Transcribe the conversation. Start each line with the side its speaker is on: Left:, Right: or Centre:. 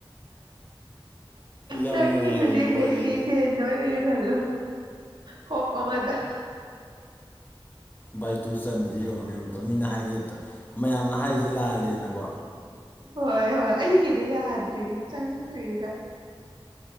Left: ꯌꯥꯝ
Right: ꯇꯪꯗꯨꯗꯤ
Left: ꯅꯨꯡꯉꯥꯏꯔꯤ
Right: ꯃꯦꯁꯤ
Left: ꯋꯥꯔꯤꯁꯦ
Right: ꯄꯦ ꯅꯅ ꯌꯦꯡꯍꯜꯂꯨ ꯍꯣꯞ ꯑꯃꯗ
Left: ꯕꯥꯏꯇꯨ ꯆꯟꯗ꯭ꯔ ꯌꯧꯣꯅꯦ ꯑ ꯑꯃꯇ ꯃꯤꯅ ꯍꯥꯏꯖ ꯃꯌꯥꯝꯅ ꯍꯥꯏ ꯖꯤꯜꯂꯥꯂꯅꯀꯣ
Right: ꯍꯣꯏ ꯍꯣꯏ ꯑꯩꯒꯤꯗ ꯌꯥꯗ꯭ꯔꯔꯤ ꯆꯪꯗ꯭ꯔꯔꯤꯗ